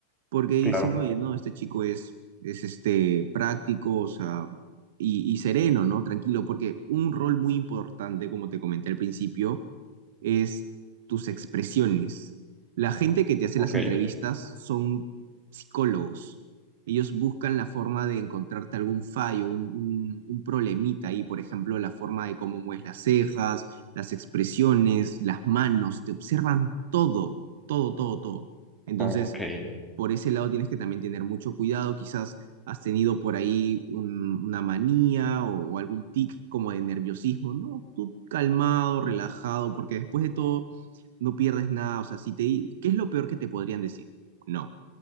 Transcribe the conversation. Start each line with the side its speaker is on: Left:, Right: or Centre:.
Right: porque dicen,
Centre: claro.
Right: oye, no, este chico es, es este, práctico, o sea, y, y sereno, ¿no? Tranquilo, porque un rol muy importante, como te comenté al principio, es tus expresiones. La gente que te hace
Centre: Ok,
Right: las entrevistas son psicólogos. Ellos buscan la forma de encontrarte algún fallo, un, un- un problemita ahí, por ejemplo, la forma de cómo mueves las cejas, las expresiones, las manos, te observan todo, todo, todo, todo. Entonces,
Centre: ok.
Right: por ese lado tienes que también tener mucho cuidado. Quizás has tenido por ahí un- una manía o, o algún tic como de nerviosismo, ¿no? Tú calmado, relajado, porque después de todo no pierdes nada. O sea, si te, di- ¿qué es lo peor que te podrían decir? No.